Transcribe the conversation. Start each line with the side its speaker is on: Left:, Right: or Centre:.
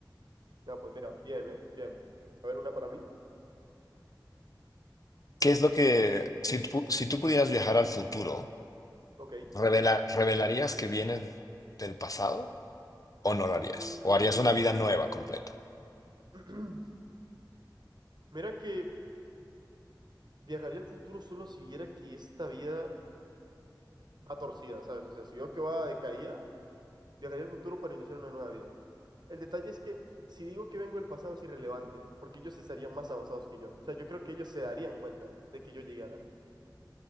Right: No, pues mira, bien, ¿eh? Bien. A ver, una para mí.
Left: ¿Qué es lo que, si tú, si tú pudieras viajar al futuro,
Right: Ok.
Left: revela, revelarías que vienes del pasado o no lo harías?
Right: Mm,
Left: ¿O harías una vida nueva completa?
Right: <clears throat> Mira que viajaría al futuro solo si viera que esta vida va torcida, ¿sabes? O sea, si veo que va de caída, viajaría al futuro para iniciar una nueva vida. El detalle es que si digo que vengo del pasado es irrelevante, porque ellos estarían más avanzados que yo. O sea, yo creo que ellos se darían cuenta de que yo llegara.